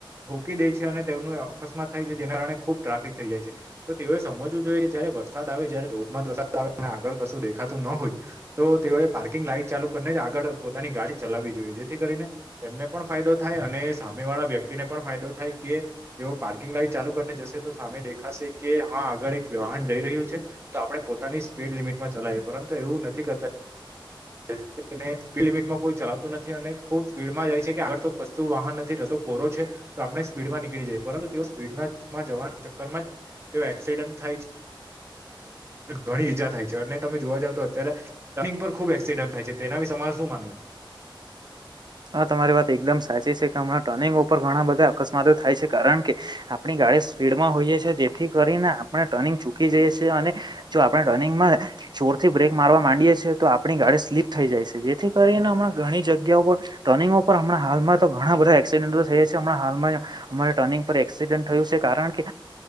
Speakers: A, on the right (about 30°); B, on the right (about 55°).
A: રોકી દે છે અને તેમનું અકસ્માત થાય છે જેના કારણે ખુબ ટ્રાફિક થઈ જાય છે તો તેઓએ સમજવું જોઈએ જયારે વરસાદ આવે જયારે ધોધમાર જ વરસાદ આવે આગળ કશું દેખાતું ન હોય તો તેઓ પાર્કિંગ લાાઈટ ચાલુ કરીને જ આગળ આગળ પોતાની ગાડી ચલાવી જોઈએ જેથી કરીને એમને પણ ફાયદો થાય અને સામે વાળા વ્યક્તિને પણ ફાયદો થ થાય કે જેઓ પાર્કિંગ લાઈટ ચાલુ કરીને જશે તો સામેે દે ખાસ કે હા આગળ એક વાહન જઈ રહ્યું છે તો આપણે પોતાની સ્પીડ લિમિટમાં ચલાવીએ પરંતુ એવું નથી કરતા
B: <inaudible>
A: જેથી કરી ને સ્પીડ લિમિટમાં કોઈ ચલાવતું નથી અને ખુબ સ્પીડમાં જાય છે કે આગ તો કશતું વાહન નથી રેતુ કોરો છે તો આપણે સ્પીડમાં નીકળી જઈએ પરંતુ તેઓ સ્પીડમાં જવાના ચક્કરમાં જ તેઓ એક્સિડન્ટ ઘણી ઈજા થાય છે અને મે જોવાએ જાવ તો અત્યારે રનિંગ પર ખૂબ એ થાય છે તેના વિશે મારે શું માનવું છે
B: હા તમારી વાત એકદમ સાચી છે કે હણાં ટર્નિંગ ઉપર ઘણા બધા અકસ્માતો થાય છે કારણ કે આપણી ગાડી સ્પીડ માં હોઈએ છીએ જેથી કરીને આપણે ટનિંગ ચૂકી જઈએ છીએ અને જો આપણે ટનિંગમાં ચોરથી બ્રેક મારવા માંડીએે છીએ તો આપણી ગાડી સ્લીપ થઈ જાય છે જેથી કરીને હમણાં ઘણી જગ્યા ઉપર ટર્નિંગ ઉપર હમણાં હાલમાં તો ઘણા બધા એક્સિડન્ટો થયા છે હમણા હાલમાં અમારે ટર્નિંગ પર એક્સિડન્ટ થયું છે કારણ કે